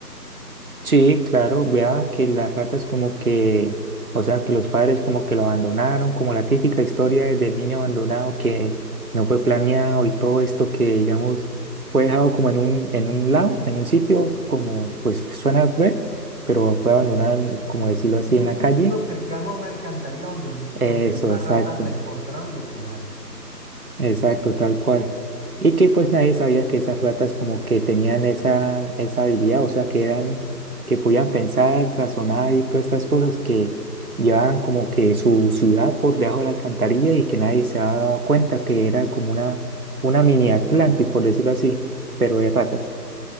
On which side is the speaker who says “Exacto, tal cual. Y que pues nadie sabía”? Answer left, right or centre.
Right